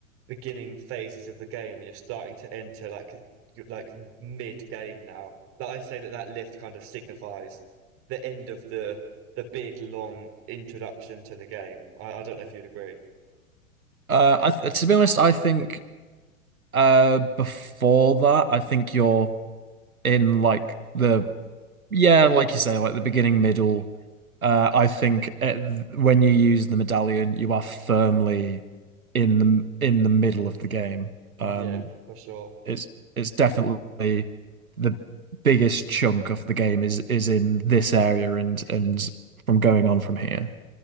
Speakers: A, on the right; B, on the right.
A: beginning phases of the game, and you're starting to enter like you- like mid game now. Like I'd say that that lift kind of signifies the end of the the big long introduction to the game. I, I don't know if you'd agree.
B: Uh, I th to be honest, I think uh before that, I think you're in like the yeah, like you say, like the beginning, middle. Uh, I think at, th- when you use the medallion, you are firmly in the in the middle of the game.
A: Yeah,
B: Um,
A: for sure.
B: it's it's definitely the biggest chunk of the game is is in this area and and from going on from here.